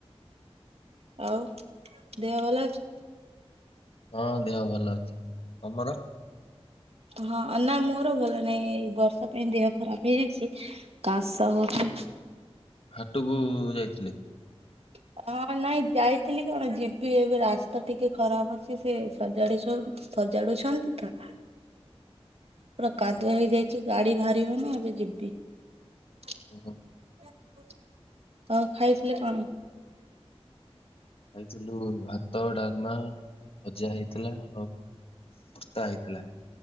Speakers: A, on the right; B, on the left.
A: <inaudible>
B: <inaudible>
A: ହଁ ନା ମୋର ଭଲ ନାଇଁ, ଏଇ ବର୍ଷା ପାଇଁ ଦେହ ଖରାପ ହେଇଯାଇଛି। <inaudible>
B: <inaudible>
A: <inaudible> <inaudible> <inaudible>
B: ଓହୋ <inaudible>
A: <inaudible>
B: <inaudible> <unintelligible> ହେଇଥିଲା।